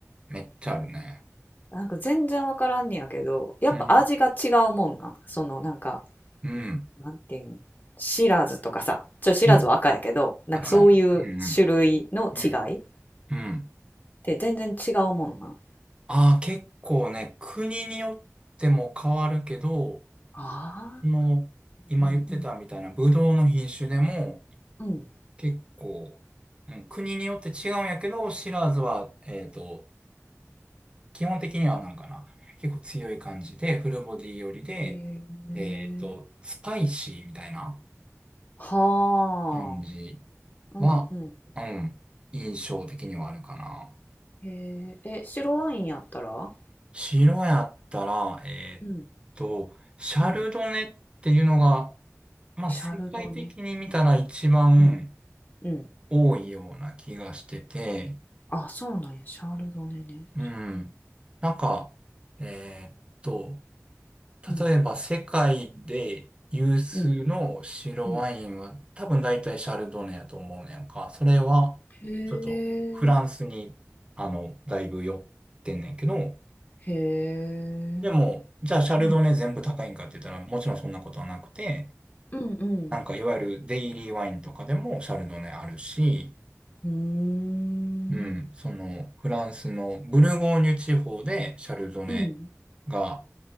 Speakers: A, on the right; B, on the left.
A: めっちゃあるね。
B: なんか全然わからんねやけど、やっぱ味が違うもんなん。
A: うん、
B: そのなんか、
A: うん、
B: なんていうんシラズとかさ、ちょ、シラズは赤やけど、
A: うん。
B: なんかそういう種類の違いっ
A: だからね。うん、うん、うん、うん。
B: て全然違うもんなん。
A: ああ、結構ね、国によっても変わるけど、
B: ああ、
A: その、今言ってたみたいな、
B: うんうん。
A: ブドウの品種でも、
B: うん。
A: 結構、うん、国によって違うんやけど、シラーズは、えっと、基本的にはなんかな、結構強い感じで、フルボディ寄りで、
B: へえ。
A: えっと、スパイシーみたいな
B: は
A: 感じ
B: あ。
A: は、
B: うんうん。
A: うん、印象的にはあるかな。
B: へえ。え、白ワインやったら
A: 白やったら、えっと、
B: うん
A: シャルドネっていうのが、
B: うん。
A: まあ、
B: シャルドネ。
A: 世界的に見たら一番、
B: うん。うん。
A: 多いような気がしてて、
B: あ、そうなんや。シャルドネね。
A: うん。
B: シャ
A: なんか、えーっと、
B: ルうん。
A: 例えば世界で有数の白ワインは多分大体シャルドネやと思うねんか。
B: うん。うん。
A: それは、
B: へえ。
A: ちょっとフランスに、あの、だいぶ寄ってんねんけど、
B: へえ。
A: でも、じゃあシャルドネ全部高いんかって言ったら、
B: うん。
A: もちろんそんなことはなくて、
B: うんうん。
A: なんかいわゆるデイリーワインとかでもシャルドネあるし、
B: うーん。
A: うん、その、フランスのブルゴーニュ地方でシャルドネ
B: うん。
A: が